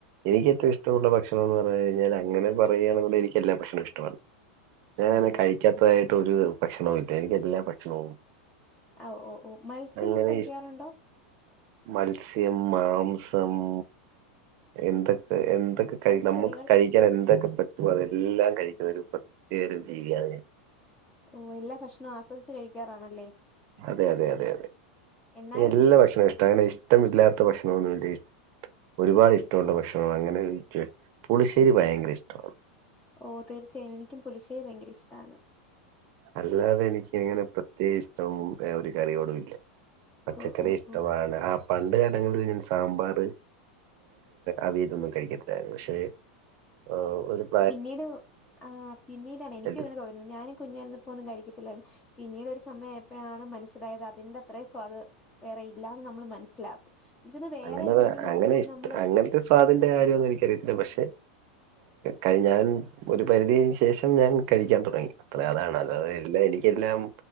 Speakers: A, on the right; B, on the left.
A: എനിക്ക് ഏറ്റവും ഇഷ്ടമുള്ള ഭക്ഷ- അങ്ങനെ പറഞ്ഞ് കഴിഞ്ഞാൽ ഞാൻ അങ്ങനെ പറയാണെന്നുള്ള എനിക്ക് എല്ലാ ഭക്ഷണവും ഇഷ്ടമാണ്
B: ഇഷ്ടാണ്
A: ഞാനെ കഴി. കഴിയാത്തതായിട്ടു ഒരു ഭക്ഷണവും ഇല്ല എനിക്ക് എല്ലാം ഭക്ഷണവും-
B: ഓ ഓ ഓ മത്സ്യമൊക്കെ
A: അങ്ങനെ
B: കഴിക്കാറുണ്ടോ?
A: ഇഷ് മത്സ്യം മാംസം- എന്തൊക്കെ എന്തൊക്കെ കഴി
B: പച്ചക്കറികൾ
A: നമുക്ക് കഴി- ഞാൻ എന്തൊക്കെ പറ്റും അതെല്ലാം കഴിക്കുന്ന ഒരു പ്രത്യേക തരം ഒരു ജീവിയാണ് ഞാൻ-
B: ഓഹ് എല്ലാഭക്ഷണവും ആസ്വദിച്ച് കഴിക്കാറാണല്ലേ
A: അതെ അതെ അതെ അതെ
B: എന്നാലും
A: എല്ലാ ഭക്ഷണ ഇഷ്ട അങ്ങനെ ഇഷ്ടമില്ലാത്ത ഭക്ഷണമൊന്നും- ഒരുപാട് ഇഷ്ടമുള്ള ഭക്ഷണ അങ്ങനെ പുളിശ്ശേരി ഭയങ്കര ഇഷ്ടമാണ്.
B: ഓ തീർച്ചയായും എനിക്കും പുളിശ്ശേരി ഭയങ്കര ഇഷ്ടമാണ്.
A: അല്ലാതെ എനിക്ക് എങ്ങനെ പ്രത്യേക ഇഷ്ടവും ഒരു കറിയോടുമില്ല. പച്ചക്കറി
B: ഓ ഓ
A: ഇഷ്ടമാണ്
B: ഓ
A: ആ- പണ്ട് കാലങ്ങളിൽ ഞാൻ സാമ്പാർ അവയിൽ ഒന്നും കഴിക്കത്തില്ലായിരുന്നു പക്ഷെ- ആഹ്..
B: പിന്നീട് ആ പിന്നീടാണ് എനിക്കും
A: എല്ല-
B: അങ്ങനെ തോന്നുന്നത് ഞാനും കുഞ്ഞാരുന്നപ്പോ ഒന്നും കഴിക്കത്തിലാരിന്നു. പിന്നീട് ഒരു സമയം എപ്പോഴാണ് മനസ്സിലായത് അതിന്റെ അത്രയും സ്വാദ്- വേറെ ഇല്ലന്ന് നമ്മള് മനസ്സിലാക്കും എനിക്കൊന്ന് വേറെ
A: അങ്ങനെ
B: എവിടെയെവിടെ
A: വ- അങ്ങനെ
B: ഒക്കെ പോയി
A: ഇഷ്ട
B: നമ്മള്-
A: അങ്ങനത്തെ സ്വാദിന്റെ കാര്യമൊന്നും എനിക്ക് അറി യിത്തില്ല പക്ഷെ- കഴി ഞാൻ ഒരു പരിധിന് ശേഷം ഞാൻ കഴിക്കാൻ തുടങ്ങി അത്ര അതാണ് അത- അല്ല എനിക്കെല്ലാം